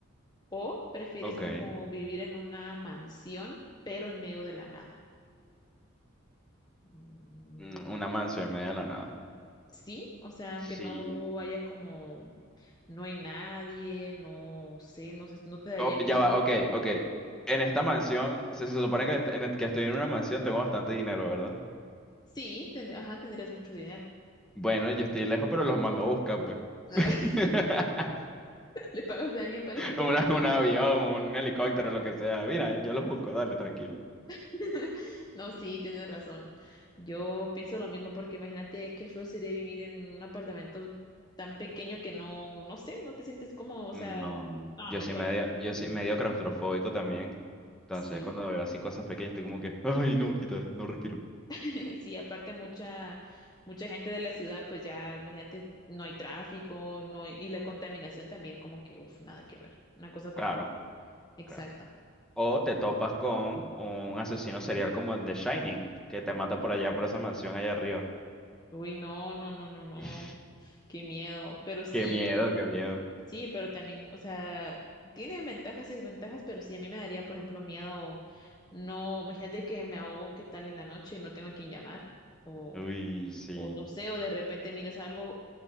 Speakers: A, on the left; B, in the centre.
A: ¿O prefieres
B: Ok.
A: como vivir en una mansión, pero en medio de la nada? Mm,
B: Mm, Una mansión en medio de la nada.
A: Sí, o sea,
B: Sí,
A: aunque no haya como, no hay nadie, no sé, no sé, no te daría
B: Oh,
A: miedo.
B: ya va, ok, ok. En esta mansión, se, se supone que, est- en e, que estoy en una mansión, tengo bastante dinero, ¿verdad?
A: Sí, tendr- ajá, tendrías mucho dinero.
B: Bueno, yo estoy lejos, pero los mando a buscar, pues.
A: <laughs>
B: <laughs>
A: Le pagas a alguien para que te
B: Una-
A: acompañe.
B: un avión, un helicóptero, lo que sea. Mira, yo los busco, dale, tranquilo.
A: <laughs> No, sí, tienes razón. Yo pienso lo mismo porque imagínate qué feo sería vivir en un apartamento tan pequeño que no, no sé, no te sientes cómodo, o sea,
B: No,
A: no,
B: yo
A: mejor
B: soy medio,
A: así.
B: yo soy medio claustrofóbico también. Entonces,
A: Sí,
B: cuando veo así cosas pequeñas, estoy como que, ay, no, quita, no respiro.
A: <laughs> Sí, aparte mucha, mucha gente de la ciudad, pues ya, imagínate, no hay tráfico, no hay- y la contaminación también, como que, uff, nada que ver, una cosa con
B: Claro,
A: la otra. Exacto.
B: claro. O te topas con un asesino serial como el de Shining, que te mata por allá, por esa mansión allá arriba.
A: Uy, no, no, no, no, no,
B: <laughs>
A: qué miedo. Pero sí,
B: Qué miedo, qué miedo.
A: sí, pero también, o sea, tiene ventajas y desventajas, pero sí, a mí me daría, por ejemplo, miedo, no, imagínate que me ahogo, qué tal en la noche y no tengo a quién llamar, o,
B: Uy, sí.
A: o no sé, o de repente miras algo